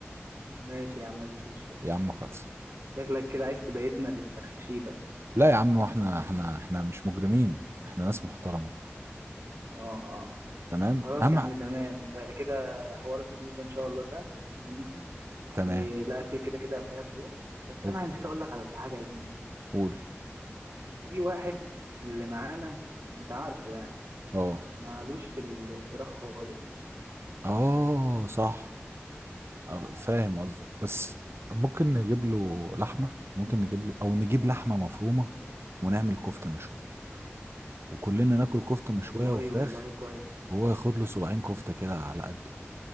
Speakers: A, on the right; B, on the right.
A: ماشي يا عم مفيش مشكلة
B: يا عم خلص
A: شكلك كده عايز تبيتنا في التخشيبة
B: لا يا عم احنا احنا احنا مش مجرمين احنا ناس محترمة
A: اه اه
B: تمام
A: خلاص
B: اهم
A: يا عم
B: ح-
A: تمام بقى كده حوار الفلوس ده ان شاء الله سهل ان انت
B: تمام
A: والاكل كده كده قبلها بيوم بس
B: اوكي
A: انا نسيت اقول لك على حاجة يا زميلي
B: قول
A: في واحد من اللي معانا انت عارفه يعني
B: اه
A: مالوش في الفراخ خالص
B: اه صح اه، فاهم قصدك بس ممكن نجيب له لحمة ممكن نجيب له او نجيب لحمة مفرومة ونعمل كفتة مشوية وكلنا ناكل كفتة مشوية
A: والله
B: وفراخ
A: والله كويس
B: وهو ياخد له صباعين كفتة كده على قده